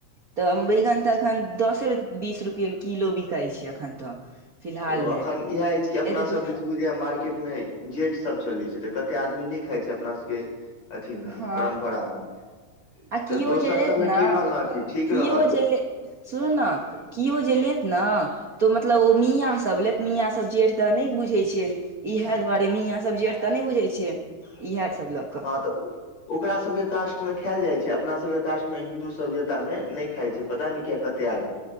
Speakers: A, on the right; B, on the left.
A: तऽ बैगन तऽ एखन दसे बीस रुपए किलो बिकाइ छै एखन तऽ फिलहाल
B: ओ अखन
A: मे
B: इएह अछि कि अपना
A: एते
B: सब
A: दे-
B: दि बुझै मार्केट मे जेट सब चले छै तऽ कते आदमी नहि खाय छै अपना सबके अथी मे
A: हँ
B: परम्परा मे
A: आ किओ
B: तऽ दोसर
A: जे लेत
B: सभमे
A: ने
B: की रहल न कि ठीक
A: किओ
B: रहल
A: जे ले सुनू न किओ जे लेत न तऽ मतलब ओ मियाँसभ लेेत मियाससभ जेठ तऽ नहि बुझैत छै इएहे दुआरे मे मियां सब जेठ तऽ नहि बुझै छै इहा सब ल
B: हाॅं तऽ ऊ ओकरा सबे कास्ट में खैयल जाइ छै अपना सबे के कास्ट मे में हिन्दू सभ्यता में नै खाइ छै पता नहि किया कते आदमी